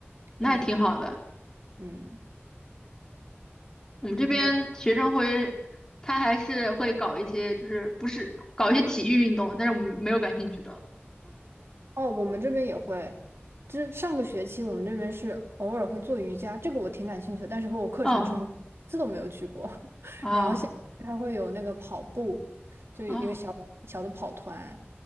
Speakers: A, on the left; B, on the right.
A: 那也挺好的。
B: 对，嗯。
A: 我们这边学生会，
B: 你
A: 他还是会搞一些，就是不是搞一些体育运动，但是我们没有感兴趣的。
B: 哦，我们这边也会，这上个学期我们这边是偶尔会做瑜伽，这个我挺感兴趣的，但是和我课程冲突，
A: 哦，
B: 一次都没有去过。<laughs>
A: 啊
B: 然后现在他会有那个跑步，就是一个小小的跑团，
A: 啊